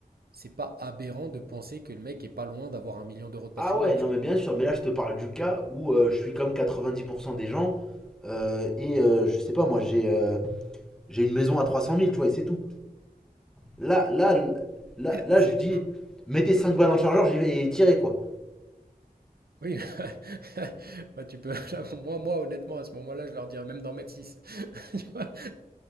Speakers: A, on the right; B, in the centre.
A: c'est pas aberrant de penser que le mec est pas loin d'avoir un million d'euros de patrimoine,
B: Ah ouais,
A: tu
B: non mais
A: vois.
B: bien sûr, mais là je te parle du cas où euh, je suis comme 90% des gens euh, et euh, je sais pas, moi j'ai euh, j'ai une maison à trois cent mille, tu vois, et c'est tout. Là, là, là, là,
A: Et c'est
B: je dis,
A: tout.
B: mettez 5 balles dans le chargeur, j'y vais et tirez quoi.
A: Oui, <laughs> bah, tu peux <laughs> là, moi moi honnêtement à ce moment-là, je leur dirais même d'en mettre six <laughs> Tu vois? <laughs>